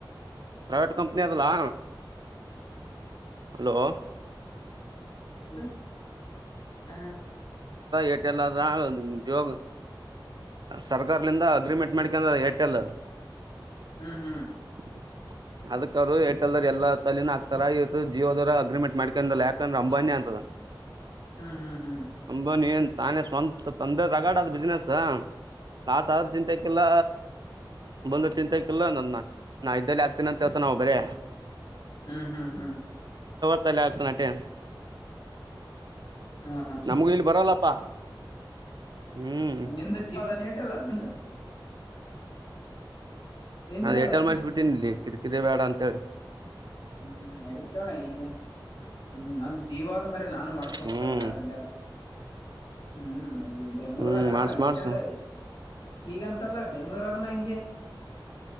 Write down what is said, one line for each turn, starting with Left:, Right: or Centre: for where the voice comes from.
Right: ಪ್ರೈವೇಟ್ ಕಂಪನಿ ಅದಲಾ ಹಲೋ
Left: ಇ ಹ ಹ
Right: ಏಟ ಎಲ್ಲ ಮುಂಗ ಸರ್ಕಾರಲಿಂದ ಅಗ್ರಿಮೆಂಟ್ ಮಾಡಿಕಂದ ಏರ್ಟೆಲ್
Left: ಹ್ಮ ಹ್ಮ್
Right: <unintelligible> ಅದಕ್ಕ ಅವರು ಏಟಲ್ದರ್ ಎಲ್ಲ ತಲನ ಹಾತಾರ ಇವತ್ತು ಜೀವೋದವರು ಅಗ್ರಿಮೆಂಟ್ ಮಾಡ್ಕೊಂಡ ಯಾಕಂದ್ರ ಅಂಬಾನಿ ಅಂತದ
Left: ಹ್ಮ್ ಹ್ಮ್ ಹ್ಮ್
Right: ಅಂಬಾನಿ ತಾನೇ ಸ್ವಂತ ತಂದೆ ತಗಾಡ ಅದ್ ಬಿಸ್ನೆಸ್ ನಾಾಸ ಆದ್ರ ಚಿಂತೆಕಲ್ಲ ಬಂದ ಚಿಂತೆ ಇಕ್ಕಲ್ಲ ನಾ ಇದ್ದಲ್ಲಿ ಆಗ್ತೀನ ಅಂತ ಹೇಳ್ತ ನಾವು ಬರೇ
Left: ಹ್ಮ್ ಹ್ಮ್ ಹ್ಮ್
Right: ತ್ತಲ್ಲ ಆಗ್ತನಟೆ
Left: ಹಾ ಹಾ
Right: ನಮಗ ಇಲ್ಲಿ ಬರಲ್ಲಪ್ಪಾ ಹ್ಮ್
Left: ನಿಂದ ಜೀವಧಾನ ಹಟಲ್ಲ ನಿಂದ ನಿಂದ
Right: ನಾ
Left: ಯಾವ್ದ
Right: ಏಟಿ ಎಲ್
Left: ಆತು?
Right: ಮಾಡಸಬ ಬಿಟ್ಟನಿಲ್ಲಿ ಕಿ ಕಿರಿ ಬೇಡ ಅಂತ ಹೇಳ
Left: ಹ್ಮ್ ಹ್ಮ್ ಎಡ್ತೋಳ ಐಗ ಹ್ಮ್ ನಂದು ಜೀವ ಆದ ಮರ ನಾನು ಮಾಡ್ಸ್ಬೇಕಕ್
Right: ಹ್ಮ್
Left: ಪ ಹಿಂಗ ಅದ್ರ ನಡಿಯಲ್ಲ ಹ್ಮ್ ಬೆಂಗ್ಳೂರಾಗ
Right: ಹ್ಮ್ ಮಾಡ್ಸ ಮಾಡ್ಸ
Left: ಏಟಲ್ಲ ಈಗಂತಲ್ಲ ಬೆಂಗ್ಳೂರಾಗ ನಂಗೆ